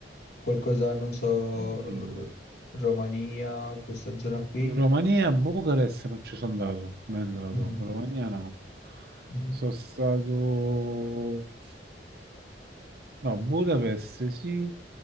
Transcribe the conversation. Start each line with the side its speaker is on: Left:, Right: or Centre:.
Left: Qualcosa, non so,
Right: oddio,
Left: eh, Romania, questa zona qui?
Right: Romania, Bucarest non ci sono andato, mi è andato,
Left: Mhm.
Right: Romania no,
Left: Mhm.
Right: sono stato No, Budapest sì,